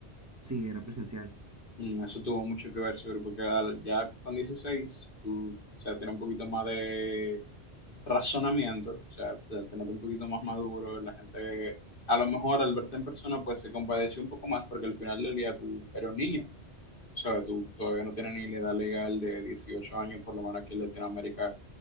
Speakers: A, on the right; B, on the left.
A: Sí, era presencial.
B: Mm, Eso tuvo mucho que ver, seguro, porque al- ya con 16 tú, o sea, tienes un poquito más de razonamiento, o sea, te, te notas un poquito más maduro, la gente, a lo mejor al verte en persona, pues se compadeció un poco más, porque al final del día tú eres un niño, o sea, tú todavía no tienes ni la edad legal de 18 años, por lo menos aquí en Latinoamérica